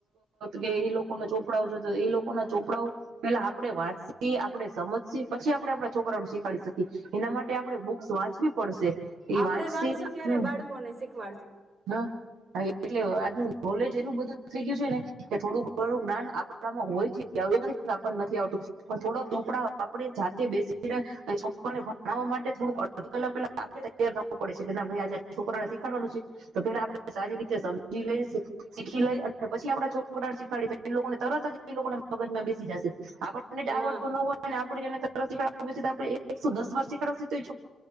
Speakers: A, on the right; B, on the right.
A: કે એ લોકોના ચોપડાઓ જો જો. એ લોકોના ચોપડાઓ પેલા આપણે વાંચસી આપડે સમજસી પછી આપડે આપણા છોકરાઓને શીખાડી શકીએ. એના માટે આપણે બુક્સ વાંચવી પડશે. એ
B: આપડે
A: વાંચશે
B: વાંચશું ત્યારે
A: હમ
B: બાળકોને શીખવા
A: હા, હા એટલે આજનું નોલેજ એટલું બધું થઈ ગયું છે ને, કે થોડું ઘણું જ્ઞાન આપડ આપડામાં હોય છે, આવું નથી કે આપણને નથી આવતું. પણ થોડાો ચોપડા આપડે જાતે બેસી છોકર ને ભણાવવા માટે શતીકાલે પેલા આપે તૈયાર થવું પડે છે કે ના ભાઈ આજે છોકરા ને શીખાવાનું છે. તો ફર આપણે સારી રીતે સમજી લઈશ. શીખી લે અને પછી આપડા છોકરાને શીખવાડી એ લોકોને તરત જ એ લોકોને મગજમાં બેસી જશે. આપણ મને જ
B: હા
A: આવડતું ન હોય ને. આપ <unintelligible> એક દસ વર્ષથી.